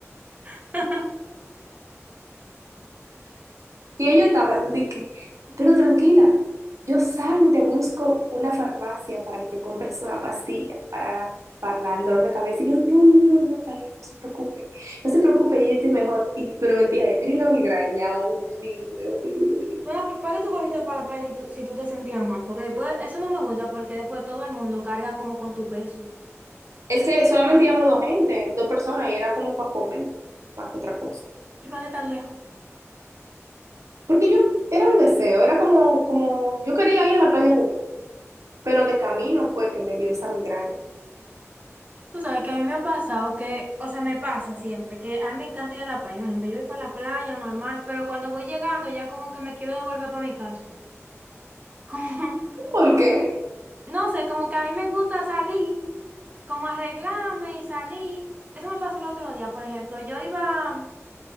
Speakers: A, on the right; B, on the right.
A: <laughs>
B: Y ellos estaban de que, pero tranquila, yo salgo y te busco una farmacia para que te compres una pastilla para la, para la- el dolor de cabeza. Y yo, no, no, no, no, está bien, no se preocupe, no se preocupe, yo estoy mejor. Y, pero mentira, yo tenía una migraña horrible, horrible, horrible.
A: Bueno, ¿por, por qué tú cogiste para la playa si tú, si tú te sentías mal? Porque después, eso no me gusta porque después todo el mundo carga como con tu peso.
B: Es que solamente íbamos dos gente, dos personas, y era como para comer, más que otra cosa.
A: ¿Y para qué tan lejos?
B: Porque yo, era un deseo, era como, como, yo quería ir a la playa a comer, pero de camino fue que me dio esa migraña.
A: Tú sabes que a mí me ha pasado que, o sea, me pasa siempre, que a mí me encanta ir a la playa. Por ejemplo, yo voy para la playa normal, pero cuando voy llegando ya como que me quiero devolver para mi casa. <laughs>
B: ¿Por qué?
A: Como, no sé, como que a mí me gusta salir, como arreglarme y salí. Eso me pasó el otro día, por ejemplo. Yo iba, o